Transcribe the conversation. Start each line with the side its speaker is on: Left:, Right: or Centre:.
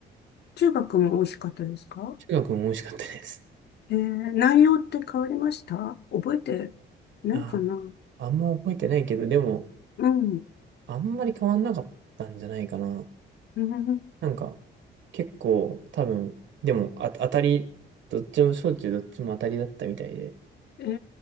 Left: 中学も美味しかったですか
Right: 中学も美味しかったです。
Left: えー内容って変わりました覚えてないかな
Right: あ、あんま覚えてないけど、でも、
Left: うん、
Right: あんまり変わんなかったんじゃないかな。
Left: うん
Right: なんか、結構、多分、でも、あ、当たり、どっちも、小中どっちも当たりだったみたいで、
Left: ええ